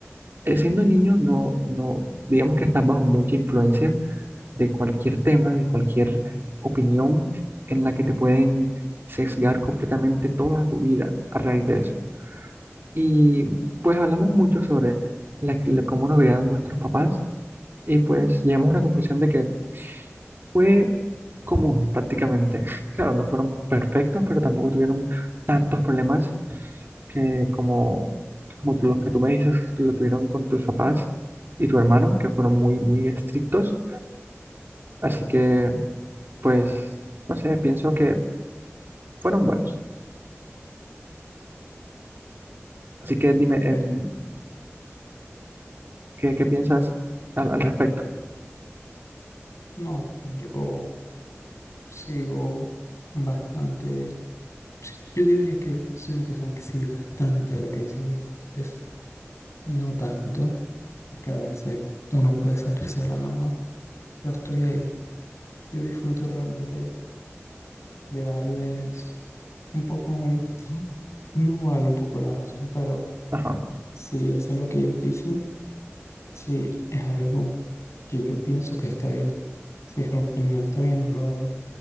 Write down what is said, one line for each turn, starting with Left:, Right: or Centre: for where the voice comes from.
Right: eh, siendo niño no, no, digamos que estás bajo mucha influencia de cualquier tema, de cualquier opinión en la que te pueden sesgar completamente toda tu vida a raíz de eso. Y pues hablamos mucho sobre la- la- cómo nos criaron nuestros papás y pues llegamos a una conclusión de que fue común prácticamente. <laughs> Claro, no fueron perfectos, pero tampoco tuvieron tantos problemas que como, como tú- lo que tú me dices, que lo tuvieron con tus papás y tu hermano, que fueron muy, muy estrictos. Así que, pues, no sé, pienso que fueron buenos. Así que dime, em,
Left: ¿ok?
Right: ¿qué, qué piensas al, al respecto?
Left: No, pues yo sigo bastante, sí, yo diría que soy una persona que sigue bastante lo que dicen mis padres, no tanto, que a veces uno puede salirse de la norma, pero estoy ahí. Yo disfruto realmente de darles un poco, el- no vale un poco la razón, pero
Right: Ajá.
Left: si hacer lo que ellos dicen, si es algo que yo pienso que está bien, si es algo que no está bien, no lo hago.